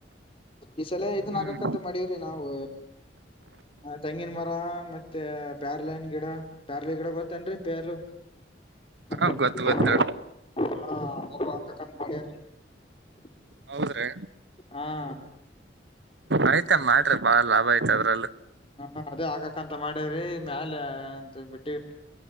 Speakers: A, on the left; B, on the right.
A: ಈ ಸಲ ಇದನ್ನ
B: ಹ್ಮ್
A: ಹಾಕ ಮಾಡವ್ರಿ ನಾವು ತೆಂಗಿನ ಮರ ಮತ್ತೆ ಪ್ಯಾರ್ಲನ್ ಗಿಡ ಪ್ಯಾರ್ಲಿ ಗಿಡ ಗೊತ್ತೇನ್ರರಿ ಪೆರು <unintelligible>
B: ಹ ಗೊತ್ತು ಗೊತ್ತು ಹೌದ್ರೀ
A: ಹಾ
B: ಆಯ್ತ ಮಾಡ್ರಿ ಬಾಳ ಲಾಭ ಐ್ತ ಅದ್ರಲ್ಲೂ
A: ಹಾ ಅದೇ ಆಗಕಂತ ಮಾಡೇವ್ರಿ ಮ್ಯಾಲ ಅಂತ ಬಿಟ್ಟವ್ರಿ